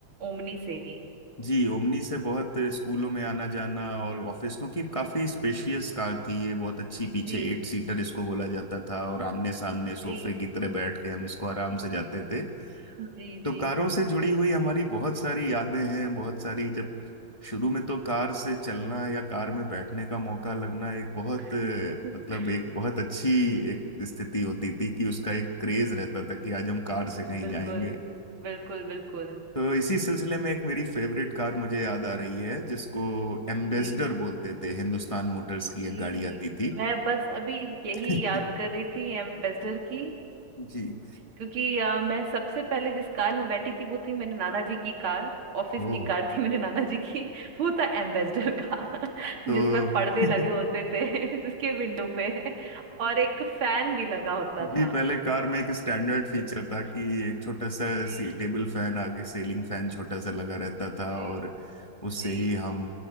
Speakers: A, on the right; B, on the left.
A: ओमनी से ही
B: जी ओमनी से बहुत स्कूलों में आना जाना और ऑफिस क्योंकि काफी स्पेशियस कार थी ये बहुत अच्छी पीछे
A: जी
B: एट सीटर इसको बोला जाता था और आमने सामने सोफे
A: जी
B: की तरह बैठ के हम इसको आराम से जाते थे
A: जी
B: तो
A: जी
B: कारों से जुड़ी हुई हमारी बहुत सारी यादें हैं बहुत सारी जब शुरू में तो कार से चलना या कार में बैठने का मौका लगना एक बहुत
A: <laughs>
B: अ, मतलब एक बहुत अच्छी एक स्थिति होती थी कि उसका एक क्रेज रहता था कि आज हम कार से कहीं
A: बिल्कुल
B: जाएंगे
A: बिल्कुल बिल्कुल
B: तो इसी सिलसिले में एक मेरी फेवरेट कार मुझे याद आ रही है जिसको एम्बेसडर
A: जी
B: बोलते थे हिंदुस्तान मोटर्स
A: जी
B: की एक गाड़ी आती थी
A: मैं बस अभी यही
B: <laughs>
A: याद कर रही थी एम्बेसडर की
B: जी
A: क्योंकि अ, मैं सबसे पहले जिस कार में बैठी थी वो थी मेरे नाना जी की कार ऑफिस
B: ओ
A: की कार थी मेरे नाना जी की <laughs> वो था एम्बेसडर का <laughs>
B: तो
A: जिसमें पर्दे
B: <laughs>
A: लगे होते थे <laughs> जिसके विंडो पे और एक फैन भी लगा होता
B: जी
A: था
B: पहले कार में एक स्टैंडर्ड फीचर
A: <laughs>
B: था कि एक छोटा सा
A: जी
B: सी टेबल फैन आगे सीलिंग फैन छोटा सा लगा रहता था
A: जी
B: और उससे
A: जी
B: ही हम